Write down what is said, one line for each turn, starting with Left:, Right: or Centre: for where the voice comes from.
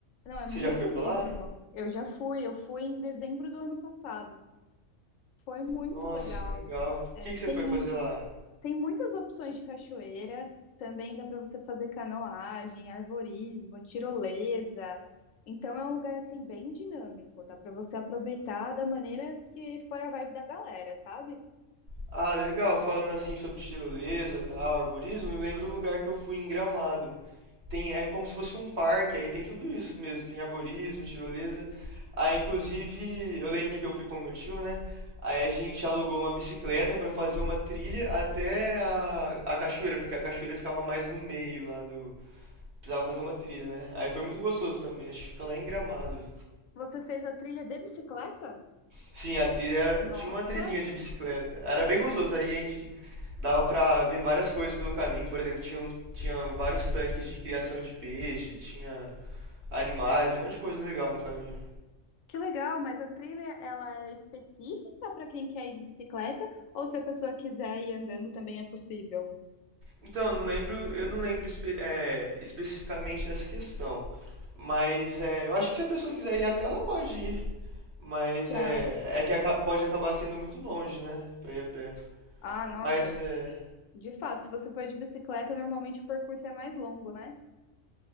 Left: Não, é
Right: Você
Left: muito
Right: já foi pra
Left: lindo.
Right: lá?
Left: Eu já fui, eu fui em dezembro do ano passado. Foi muito
Right: Nossa,
Left: legal.
Right: que legal. O
Left: É,
Right: que que
Left: tem.
Right: você foi fazer lá?
Left: Tem muitas opções de cachoeira, também dá para você fazer canoagem, arvorismo, tirolesa. Então é um lugar assim bem dinâmico, dá para você aproveitar da maneira que for a vibe da galera, sabe?
Right: Ah, legal. Falando assim sobre tirolesa, tal, arborismo, me lembra um lugar que eu fui em Gramado. Tem, é como se fosse um parque, aí tem tudo isso mesmo. Tem arborismo, tirolesa. Aí, inclusive, eu lembro que eu fui com meu tio, né? Aí a gente alugou uma bicicleta para fazer uma trilha até a, a cachoeira, porque a cachoeira ficava mais no meio lá do. Precisava fazer uma trilha, né? Aí foi muito gostoso também. Acho que fica lá em Gramado.
Left: Você fez a trilha de bicicleta?
Right: Sim, a trilha era-
Left: Nossa,
Right: tinha uma trilhinha de bicicleta. Era bem gostoso. Aí a gente dava pra ver várias coisas pelo caminho. Por exemplo, tinha, um- tinha vários tanques de criação de peixe, tinha animais, um monte de coisa legal no caminho.
Left: que legal, mas a trilha ela é específica para quem quer ir de bicicleta ou se a pessoa quiser ir andando também é possível?
Right: Então, eu não lembro, eu não lembro espe- é, especificamente dessa questão. Mas é, eu acho que se a pessoa quiser ir a pé, ela pode ir. Mas
Left: Tá.
Right: é, é que aca- pode acabar sendo muito longe, né? Pra ir a pé.
Left: Ah, nossa,
Right: Mas é,
Left: de fato, se você for de bicicleta, normalmente o percurso é mais longo, né?